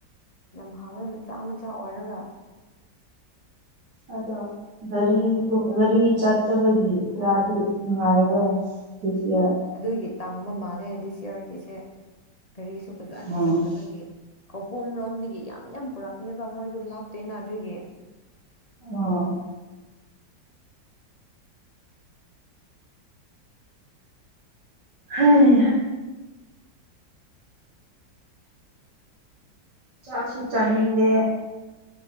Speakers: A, on the left (about 55°); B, on the right (about 65°).
A: ꯌꯥꯝ ꯍꯥꯎꯋꯦ ꯃꯆꯥ ꯃꯆꯥ ꯑꯣꯏꯔꯒ
B: ꯑꯗꯣ ꯒꯥꯔꯤ ꯒꯥꯔꯤ ꯆꯠꯇꯕꯒꯤ ꯈꯔꯗꯤ ꯅꯨꯡꯉꯥꯏꯔꯦ
A: ꯎꯝ
B: ꯁꯤꯌꯥ
A: ꯑꯗꯨꯒꯤ ꯇꯥꯡꯕ ꯃꯥꯜꯂꯦ ꯍꯥꯏꯗꯤ ꯁꯤꯌꯔꯒꯤꯁꯦ ꯒꯥꯔꯤꯁꯨ ꯐꯖꯅ
B: ꯎꯝ
A: ꯆꯠꯇꯕꯒꯤ ꯈꯧꯄꯨꯝꯔꯣꯝꯗꯒꯤ ꯌꯥꯝ ꯌꯥꯝ ꯄꯨꯔꯛꯄꯅꯦꯕ ꯃꯣꯏꯗꯨ ꯂꯥꯞꯇꯦꯅ ꯑꯗꯨꯒꯤ
B: ꯑ ꯍꯩ ꯍꯥ ꯆꯥꯛꯁꯨ ꯆꯥꯅꯤꯡꯗꯦ